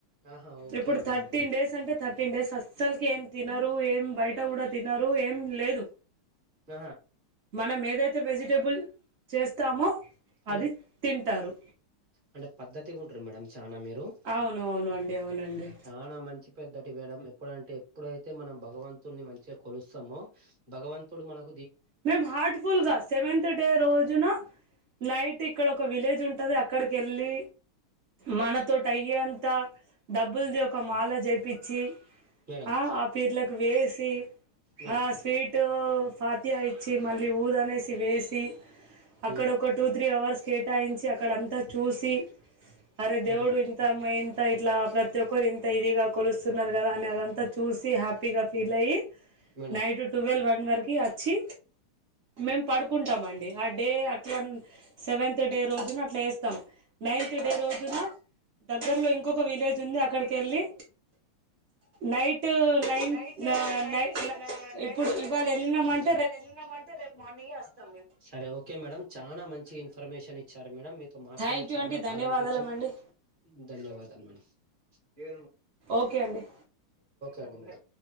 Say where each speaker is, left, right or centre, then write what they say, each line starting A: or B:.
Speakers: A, on the right (about 30°); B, on the right (about 80°).
A: ఆహా ఓకే
B: ఇప్పుడు
A: మేడం
B: థర్టీన్ డేస్ అంటే థర్ తిన్డేస్ అస్సలకి ఏం తినరు ఏం బయట కూడా తినరు ఏం లేదు
A: ఆ
B: మనం ఏదైతే వెజిటబుల్ చేస్తామో అది
A: మ్మ్
B: తింటారు
A: అంటే పద్ధతిగా ఉంటారు మేడం చనా మీరు
B: అవును అవును అండి అవునండి
A: చానా మంచి పెద్దటి వేడం ఎప్పుడంటే ఎప్పుడైతే మనం భగవంతుడిని మంచిగా కొలుస్తామో భగవంతుడు మనక్
B: మేము హార్ట్ఫుల్ గా సెవెంత్ డే రోజున నైట్ ఇక్కడ ఒక విలేజ్ ఉ ఉంటది అక్కడికి ఎళ్ళి మనతోటి అయ్యే అంత డబ్బుల్ది ఒక మాల జేపిచ్చి
A: మేడం
B: ఆ ఆ పీర్లకు వేసి
A: మేడం
B: ఆ స్వీటు ఫాతిహ ఇచ్చి మళ్ళీ ఊద్ అనేసి వేసి అక్కడ
A: ఉమ్
B: ఒక టూ త్రీ అవర్స్ కేటాయించి అక్కడంతా చూసి అరే దేవుడు
A: ఆహా
B: ఇంత అమ్మ ఇంత ఇట్లా ప్రతి ఒక్క ఒక్కరు ఇంత ఇదిగా కొలుస్తున్నారు కదా అని అదంతా చూసి హ్యాపీగా ఫీల్ అయ్యి
A: మేడం
B: నైట్ ట్వెల్వ్ వన్ వరకి వచ్చి మేమ్ పడుకుంటామండి ఆ డే అట్లా సెవెంత్ డే రోజున అట్లా వేస్తాం నైన్త్ డే రోజున దగ్గర్లో ఇంకొక విలేజ్ ఉంది అక్కడికి ఎళ్ళి నైట్ నైన్
A: నైట్
B: న
A: నైన్
B: నై
A: నైట్
B: ఇప్పుడు ఇవాళ వెళ్ళినమంటే
A: ఇప్పుడు ఇవాళ ఎళ్ళినమంటే రేపు మార్నింగే వస్తం మేమ సరే ఓకే మేడం చాలా మంచి చి ఇన్ఫర్మేషన్ ఇచ్చారు మేడం మీతో మాట్లాడి
B: థ్యాంక్ యూ
A: చాలా
B: అండి ధన్యవాదాలమండి
A: బాగా అనిపించింది ధన్యవాదాలు మేడం ఒకే
B: ఓకే అండి
A: అండి మరి